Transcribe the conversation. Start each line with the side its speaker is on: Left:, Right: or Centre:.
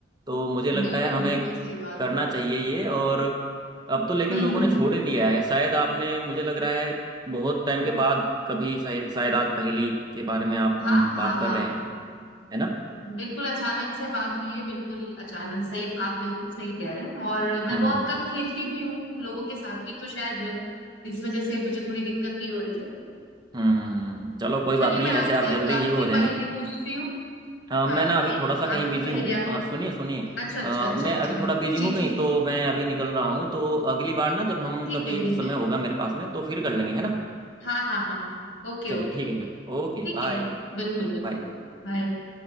Right: तो मुझे लगता
Left: बिल्कुल
Right: है हमें
Left: बिल्कुल सही बात
Right: करना
Left: है
Right: चाहिए ये और अब तो लेकिन
Left: हम्म
Right: लोगों
Left: हम्म
Right: ने छोड़
Left: हम्म
Right: ही दिया है शायद आपने मुझे लग रहा है बहुत टाइम के बाद कभी शायद शायद आज पहेली के बारे में आप हम
Left: हाँ हाँ
Right: बात कर
Left: हाँ
Right: रहे हैं है ना
Left: बिल्कुल अचानक से बात हुई है बिल्कुल अचानक सही आप बिल्कुल सही कह रहे हैं और मैं
Right: हम्म
Left: बहुत
Right: हम्म
Left: कम खेलती भी हूँ लोगों के साथ भी तो शायद इस वजह से मुझे थोड़ी दिक्कत भी हो रही है
Right: हम्म चलो कोई
Left: चलिए
Right: बात नहीं
Left: मैं
Right: ऐसे
Left: आपसे
Right: आप जल्दी
Left: एक आखिरी
Right: ही वो हो जाएंगे
Left: पहेली पूछती हूँ
Right: अ, मैं
Left: हाँ
Right: ना अभी
Left: एक
Right: थोड़ा सा कहीं
Left: आखिरी
Right: बिजी
Left: पहेली
Right: हूँ
Left: आप
Right: अ, सुनिए सुनिए
Left: अच्छा अच्छा
Right: अ,
Left: अच्छा
Right: मैं
Left: अच्छा
Right: अभी थोड़ा बिजी
Left: जी
Right: हूँ कहीं
Left: जी
Right: तो मैं अभी निकल रहा हूँ तो अगली बार ना जब हम
Left: ठीक
Right: कभी
Left: है ठीक
Right: समय
Left: है
Right: होगा मेरे पास में तो फिर कर लेंगे है ना
Left: हाँ हाँ हाँ हाँ। Okay
Right: चलिए
Left: okay
Right: ठीक
Left: okay
Right: है फिर ओके
Left: ठीक
Right: बाय
Left: है बिल्कुल बिल्कुल
Right: बाय
Left: बाय